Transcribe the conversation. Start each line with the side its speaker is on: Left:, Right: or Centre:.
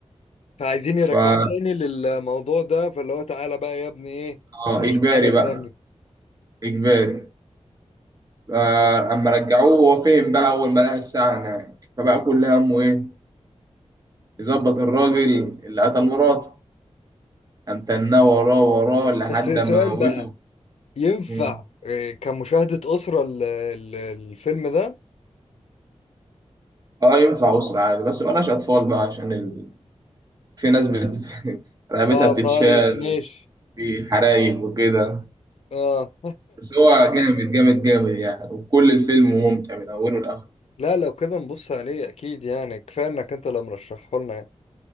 Left: فعايزين
Right: فا
Left: يرجعوه تاني للموضوع ده فاللي هو تعالى بقى يا ابني ايه
Right: آه،
Left: خش
Right: إجباري
Left: معانا تاني
Right: بقى إجباري آه،
Left: آه.
Right: أما رجعوه هو فهم بقى أول ما لقى الساعة هناك فبقى كل همه إيه يظبط الراجل اللي قتل مراته قام تناه وراه وراه لحد
Left: بس سؤال
Right: ما
Left: بقى
Right: موته
Left: ينفع
Right: مم.
Left: آه، كمشاهدة أسرة ال- ال- الفيلم ده
Right: اه ينفع أسرة عادي بس مبقاش أطفال بقى عشان ال... <laughs> في ناس بت... <laughs> رقبتها
Left: اه
Right: بتتشال
Left: طيب ماشي
Right: في حرايق وكده
Left: اه
Right: بس هو جامد جامد جامد يعني وكل الفيلم ممتع من أوله لآخره
Left: لا لو كده نبص عليه اكيد يعني كفايه انك انت اللي مرشحه لنا يعني